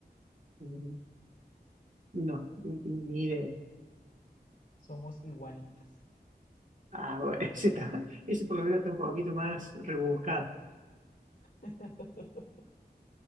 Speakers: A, on the right (about 50°); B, on the left (about 60°).
A: mm, no, ni ni idea.
B: Somos iguanitas.
A: Ah, bueno, <laughs> ese, está, ese por lo menos está un poquito más rebuscado.
B: <laughs>